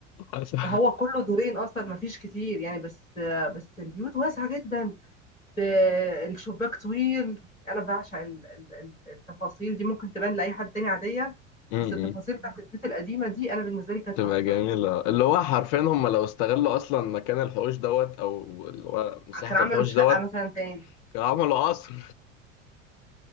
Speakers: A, on the left; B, on the left.
A: حصل
B: هو كله دورين أصلا مفيش كتير يعني بس بس البيوت واسعة جدا ب- الشباك طويل أنا بعشق ال- ال- ال- التفاصيل دي ممكن تبان لأي حد تاني عادية
A: امم
B: بس التفاصيل بتاعت البيوت القديمة دي أنا بالنسبة لي كانت
A: تبقى
B: تحفة
A: جميلة اللي هو حرفيا هم لو استغلوا أصلا مكان الحوش دوت أو اللي هو مساحة
B: كان عملوا
A: الحوش
B: شقة
A: دوت
B: مثلا تاني
A: كانوا عملوا قصر